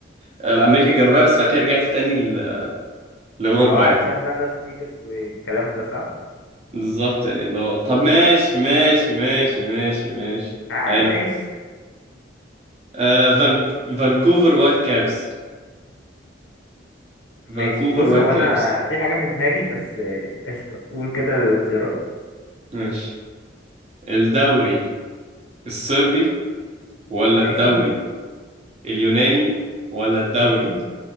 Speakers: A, on the right (about 35°); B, on the left (about 80°).
A: آه، امريكا الجنوبيه بس بعد كده رجعت تاني ل- لاوروبا
B: اه علشان
A: يعني
B: بقى لاس فيجاس والكلام ده صح
A: بالظبط يعني اللي هو طب ماشي ماشي ماشي ماشي ماشي
B: اه
A: حلو
B: ماشي
A: آه فانك... فانكوفر وايت كابس
B: ماشي
A: فانكوفر
B: بص
A: وايت
B: هو
A: كابس
B: انا في حاجة في دماغي بس آه، قشطة قول كده الاختيارات
A: ماشي الدوري الصربي ولا
B: ماشي
A: الدوري اليوناني ولا الدوري
B: ماشي